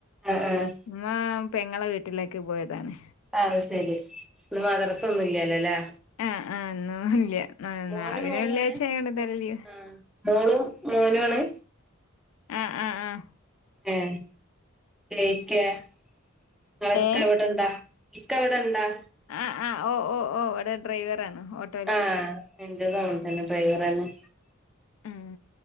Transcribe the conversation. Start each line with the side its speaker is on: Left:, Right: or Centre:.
Centre: അഹ് ആഹ്
Left: ഉമ്മ പെങ്ങളെ വീട്ടിലേക്ക്പോയതാണ്
Centre: അഹ് സെരി ഇന്ന് മദ്രസൊന്നുല്ലല്ലോല്ലേ?
Left: ആഹ് ആഹ് ഇന്നോല്ല്യാ ഇന്നാളെ
Centre: മോനും
Left: പിന്നെ
Centre: മോളും
Left: വെള്ളിയഴ്ച
Centre: ആണ്
Left: അയോണ്ട് എന്തായാലും ലീവ്
Centre: ആഹ് മോളും മോനുആണ്?
Left: ആഹ് ആഹ് ആഹ
Centre: ഏഹ് ഇക്കെ ഇങ്ങളെക്ക
Left: ഏ
Centre: ഇവടെണ്ടോ? ഇക്കവടെ ഇണ്ടോ?
Left: ആഹ് ആഹ് ഓഹ് ഓഹ് ഒഹ് ഇവടെ ഡ്രൈവറാണ് ഓട്ട്
Centre: ആഹ് ഇന്റെതും അങ്ങനെതെന്നെ ഡ്രൈവറെന്നെ
Left: ഉം